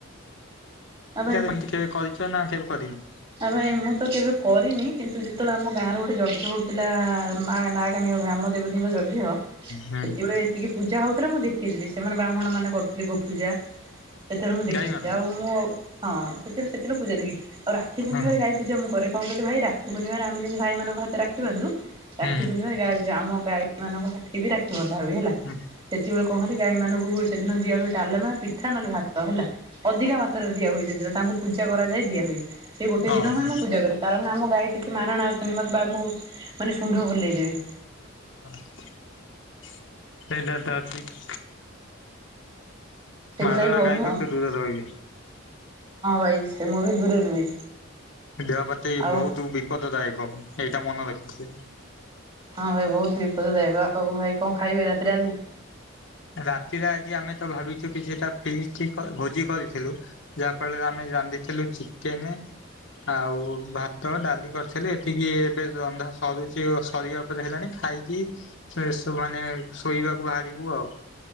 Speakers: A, on the right; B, on the left.
A: ଆ
B: <unintelligible> କରିଛ ନା କେବେ କରିନ?
A: ଆ ଭାଇ ମୁଁ ତ କେବେ କରିନି କିନ୍ତୁ ଯେତେବେଳେ ଆମ ଗାଁ ର ଗୋଟେ ଯଜ୍ଞ ହଉଥିଲା ମା ନା କଣ ଗ୍ରାମ ଦେବତୀଙ୍କ ଯଜ୍ଞ?
B: ହୁଁ
A: ସେତବେଳେ ଏତିକି ପୂଜା ହଉଥିଲା ମୁଁ ଦଦେଖିଥିଲି ସେମାନେ ବ୍ରାହ୍ମଣ ମାନେ କରୁଥିଲେ ଗୋପୂଜା ସେଥିରେ ମୁଁ ଦେଖିଥିଲି
B: ଗାଈ ମାନଙ୍କର
A: ଆଉ ମୁଁ ହଁ ସେଥିରେ ସେଥିରେ ପୂଜା ଦେଖଥିଲି ଆଉ ରାଖି ପୂର୍ଣିମାରେ
B: ହଁ
A: ଗାଇ ପୂଜା ମୁଁ କରେ କଣ କହିଲ ଭାଇ ରାକ୍ଷୀ ପୁର୍ଣିମା ରେ ଆମେ ଯେମିତି ଭାଇମାନଙ୍କ ହାତରେ ରଖି ବାନ୍ଧୁ
B: ହୁଁ
A: ରାକ୍ଷୀ ପୁର୍ଣ୍ଣିମାରେ ଆମ ଗାଈ ମାନଙ୍କ ହାଠି ବି ରାକ୍ଷୀ ବନ୍ଧା ହୁଏ ହେଲା।
B: ହୁଁ
A: ସେତେବେଳେ କହନ୍ତି ଗାଈ ମାନଙ୍କୁ ସେଦିନ ଦିଆ ହୁଏ ଡାଲମା ପିଠା ନହେଲେ ଭାତ ହେଲା ଅଧିକା ମାତ୍ରାରେ। ଦିଆ ହୁଏ ସେଦିନ ତାଙ୍କୁ ପଜା କରାଯାଏ ଦିଆ ହୁଏ ସେ ଗୋଟେ
B: ଓହୋ
A: ଦିନ ମା ମୁଁ ପୂଜା କରେ କାରଣ ଆମ ଗାଈ ଟିକେ ମାରଣା ଅ <unintelligible> ସୁଣ୍ଢ ହଲେଇ ଦେବେ।
B: <unintelligible>
A: ସେଥିଲାଗି
B: ମାରଣା
A: ହଉନ
B: ଗାଈ କତୁରୁ
A: ହଁ
B: ଦୂରରେ ରହିବେ
A: ଭାଇ ସେ ମୁଁ ବି ଦୂରେ ରୁହେ।
B: ଦେହପାତି
A: ଆଉ
B: ବହୁତ ବିପଦଦାୟକ ଏଇଟା ମନେ ରଖିଥିବେ।
A: ହଁ ଭାଇ ବହୁତ ବିପଦଦାୟକ ଆଉ ଭାଇ କଣ ଖାଇବେ ରାତିରେ ଆଜି?
B: ରାତିରେ ଆଜି ଆମେ ତ ଭାବିଛୁ କିଛିଟା ଫିଷ୍ଟ୍ ଭୋଜି କରିଥିଲୁ। ଯାହା ଫଳରେ ଆମେ ରାନ୍ଧିଥିଲୁ ଚିକେନେ। ଆଉ ଭାତ ଡାଲି କରିଥିଲି ଏତିକି ଏବେ ରନ୍ଧା ସରୁଛି ସରିଆ ଉପରେ ହେଲାଣି ଖାଇକି ମାନେ ଶୋଇବାକୁ ବାହାରିବୁ ଆଉ